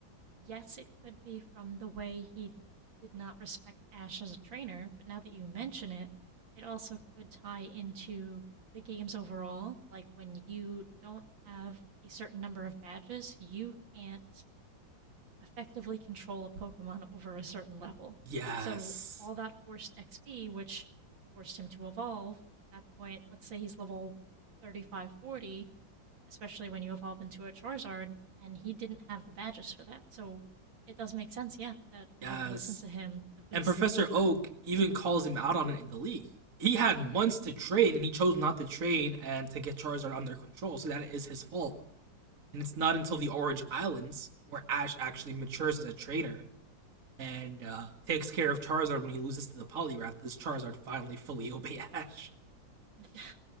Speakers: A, on the right; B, on the right.
A: Yes, it could be from the way he did not respect Ash as a trainer, but now that you mention it, it also could tie into the games overall. Like when you don't have a certain number of badges, you can't effectively control a Pokemon over a certain level.
B: Yes.
A: So all that forced XP, which forced him to evolve at that point, let's say he's level 35, 40. especially when you evolve into a Charizard, and he didn't have the badges for that. So it does make sense, yeah, that he
B: Yes.
A: wouldn't listen to him, at least.
B: And Professor Oak even calls him out on it in the league. He had months to train and he chose not to train and to get Charizard under control, so that is his fault. And it's not until the Orange Islands where Ash actually matures as a trainer and uh, takes care of Charizard when he loses to the Poliwrath does Charizard finally fully <laughs> obey Ash.
A: <sighs> Yeah,